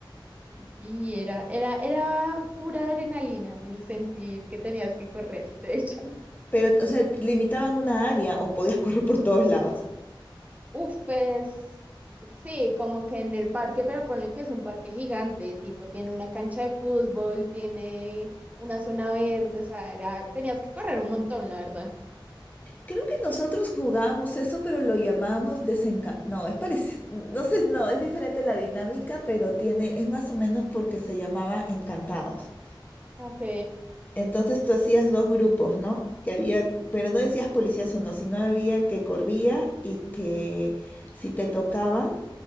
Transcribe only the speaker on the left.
Pero, o sea, limitaban una área o podías correr por todos lados.
Creo que nosotros jugábamos eso, pero lo llamamos desencanto. No, es parecido. No sé, no, es diferente la dinámica, pero tiene, es más o menos porque se llamaba encantados.
Entonces tú hacías dos grupos, ¿no? Que había, pero no decías policías o no, sino había el que corría y que si te tocaban,